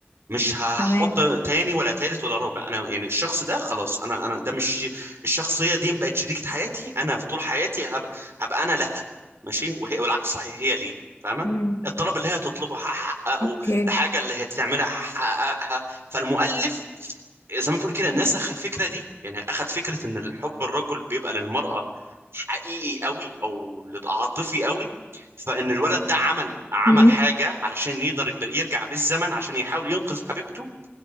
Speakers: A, on the right; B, on the left.
A: مش هحط
B: تمام،
A: تاني ولا تالت ولا رابع انا يعني الشخص ده خلاص انا انا ده مش الشخصيه دي بقت شريكه حياتي انا في طول حياتي هبقى هبقى انا لها ماشي وهي والعكس صحيح هي لي فاهمه
B: إمم،
A: الطلب اللي هي تطلبه هحققه
B: أوكي،
A: الحاجه اللي هي تعملها هحققها فالمؤلف زي ما تقول كده نسخ الفكره دي يعني اخذ فكره ان الحب الرجل بيبقى للمراه حقيقي قوي او عاطفي قوي فان الولد ده عمل عمل
B: إمم،
A: حاجه علشان يقدر يقبل- يرجع بالزمن عشان يحاول ينقذ حبيبته